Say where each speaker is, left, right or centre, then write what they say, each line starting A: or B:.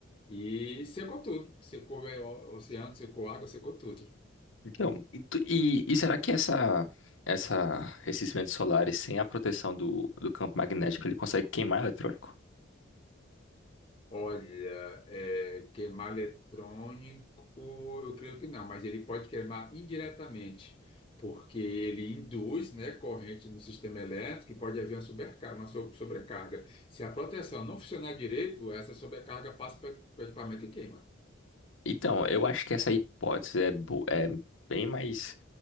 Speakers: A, on the left (about 25°); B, on the left (about 75°).
A: e secou tudo. Secou é, o oceano, secou água, secou tudo.
B: Então, e, tu- e- e será que essa, essa, esses ventos solares, sem a proteção do, do campo magnético, ele consegue queimar eletrônico?
A: Olha, é, queimar eletrônico, eu creio que não, mas ele pode queimar indiretamente, porque ele induz, né, corrente no sistema elétrico e pode haver uma sobrecarga, uma so- sobrecarga. Se a proteção não funcionar direito, essa sobrecarga passa para o equipamento e queima.
B: Então, eu acho que essa hipótese é, bo- é bem mais,